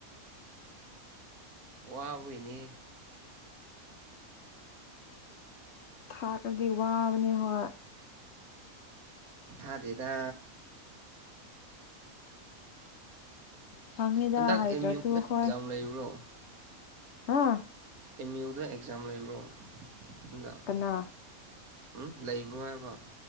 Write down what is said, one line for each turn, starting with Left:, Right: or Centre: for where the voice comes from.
Right: ꯋꯥꯕꯨꯏꯅꯤ
Left: ꯊꯥ ꯀꯗꯤ ꯋꯥꯕꯅꯤ ꯍꯣꯏ
Right: ꯊꯥꯗꯦꯗ
Left: ꯈꯪꯉꯤꯗ
Right: ꯍꯟꯗꯛ
Left: ꯍꯩꯇ꯭ꯔꯁꯨ
Right: ꯑꯦꯝ ꯌꯨꯗ
Left: ꯑꯩ ꯍꯈꯣꯏ
Right: ꯑꯦꯛꯖꯥꯝ ꯂꯩꯕ꯭ꯔꯣ
Left: ꯍꯥꯥ
Right: ꯑꯦꯝ ꯌꯨ ꯗ ꯑꯦꯛꯖꯥꯝ ꯂꯩꯕ꯭ꯔꯣ ꯍꯟꯗꯛ
Left: ꯀꯅꯥ
Right: ꯎꯝ ꯂꯩꯕ꯭ꯔꯣ ꯍꯥꯏꯕ